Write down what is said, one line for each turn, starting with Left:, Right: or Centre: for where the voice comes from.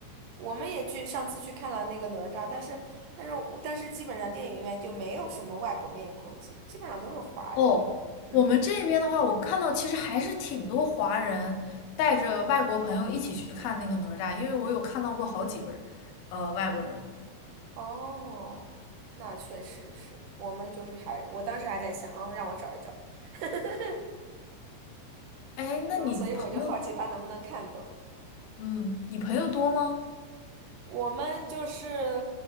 Right: 我们也去上次去看了那个哪吒，但是但是但是基本上电影院就没有什么外国面孔，基基本上都是华人。
Left: 哦，
Right: 嗯。
Left: 我们这边的话，我看到其实还是挺多华人带着外国朋友一起去看那个哪吒，因为我有看到过好几个人，呃，外国人。
Right: 哦，那确实是，我们就是还，我当时还在想，嗯，让我找一找，<laughs>
Left: 哎，
Right: 然后所以我就好奇他能不能看懂。
Left: 那你朋友，嗯，你朋友多吗？
Right: 我们就是，